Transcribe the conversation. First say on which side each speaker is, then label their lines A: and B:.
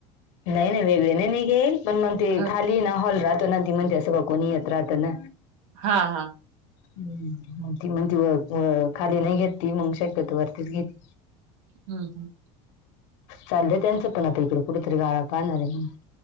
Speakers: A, on the left; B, on the right.
A: नाही नाही वेगळे नाही निघेल पण मग ते
B: हा
A: खाली ना हॉल राहतो ना ती. म्हणते असं बघ कोणी येत राहत ना.
B: हा हा
A: हम्म मग ती म्हणती खाली नाही घेत ती मग शक्यतो वरतीच घेती.
B: हम्म हम्.
A: चाललं त्यांचं पण आता इकडे कुठेतरी गाळा पाहणार आहे.